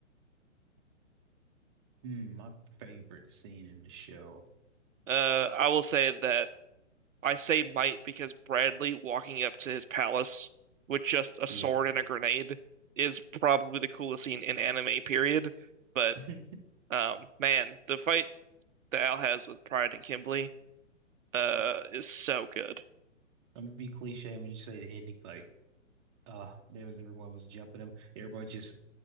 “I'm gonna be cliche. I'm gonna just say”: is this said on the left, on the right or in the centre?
Right